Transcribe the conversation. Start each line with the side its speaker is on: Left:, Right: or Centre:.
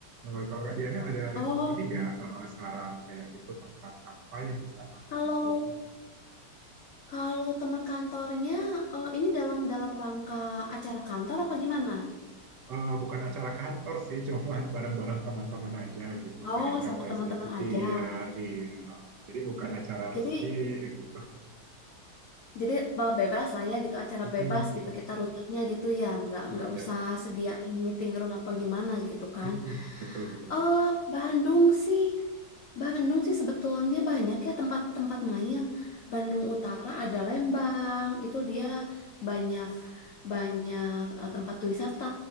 Right: Eh, kalau Kak Diana ada
Left: Oh,
Right: ini nggak eh, saran kayak gitu tempat apa yang bisa kami
Left: kalau
Right: kunjungi?
Left: kalau teman kantornya, eh, ini dalam dalam rangka acara kantor apa gimana?
Right: Eh, bukan acara kantor sih, <laughs> cuman bareng-bareng teman-teman aja gitu,
Left: Oh,
Right: pengen refreshing.
Left: sama teman-teman aja.
Right: Iya, iya. Jadi bukan acara
Left: Jadi
Right: resmi gitu.
Left: Jadi eh, bebas lah ya gitu, acara
Right: Mhm,
Left: bebas gitu, kita rutenya gitu ya, nggak
Right: iya,
Left: nggak usah sediain meeting room apa gimana gitu kan.
Right: mhm, betul betul
Left: Eh Bandung sih, Bandung sih sebetulnya banyak ya tempat-tempat main. Bandung Utara ada Lembang, itu dia banyak banyak eh, tempat wisata,